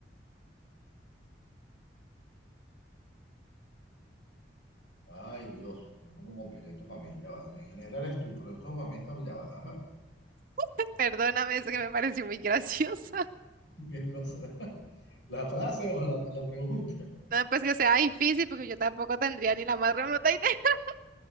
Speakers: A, on the left; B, on the right.
A: ay, Dios, es como complicadito para mí. Ya va. En general es tú, pero esto para mí está... Ya va, déjame
B: <laughs> Perdóname, es que
A: ver.
B: me pareció muy graciosa. <laughs>
A: <laughs> ¿Qué cosa? ¿La frase o la, la pregunta?
B: No, pues que sea difícil, porque yo tampoco tendría ni la más remota idea. <laughs>